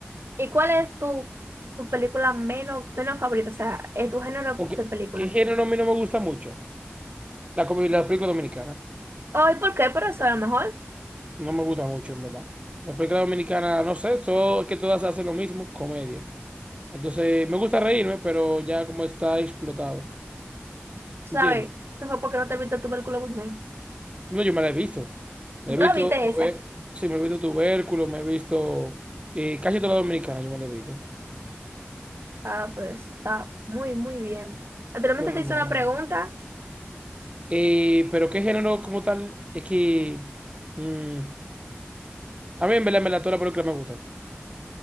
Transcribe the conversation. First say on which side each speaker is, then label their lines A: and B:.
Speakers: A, on the right; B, on the right.
A: ¿Y cuál es tu, tu película menos, menos favorita? O sea, eh, tu género
B: Ok,
A: de película.
B: ¿qué género a mí no me gusta mucho? La, comi- la película dominicana.
A: Oh, ¿y por qué? Pero eso a lo mejor,
B: No me gusta mucho, en verdad. Las películas dominicanas, no sé, so- que todas hacen lo mismo, comedia. Entonces, me gusta reírme, pero ya como está explotado.
A: tú ¿sabes?
B: ¿Entiendes?
A: Esto fue porque no te viste tu película Guzmán.
B: No, yo me la he visto. Me
A: ¿Tú
B: he
A: la
B: visto,
A: viste
B: tuve-
A: esa?
B: sí, me he visto Tubérculo, me he visto eh, casi toda la dominicana yo me la he visto.
A: Ah, pues está muy, muy bien. Anteriormente
B: Pero
A: te hice
B: no.
A: una pregunta,
B: Eh, pero qué género como tal, es que... mm, a mí en verdad me la toda la película me gusta.